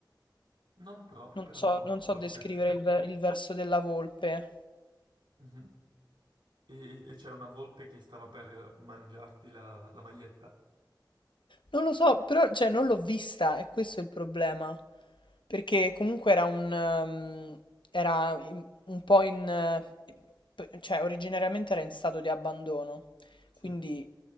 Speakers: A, on the right; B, on the left.
A: Non proprio,
B: Non
A: però
B: so, non so
A: forse.
B: descrivere
A: <laughs>
B: il, ver- il verso della volpe.
A: Mhm. E, e c'era una volpe che stava per mangiarti la, la maglietta?
B: Non lo so, però, cioè, non l'ho vista, e questo è il problema. Perché comunque era un... ehm, era in- un po' in... eh, p- cioè, originariamente era in stato di abbandono.
A: Sì,
B: Quindi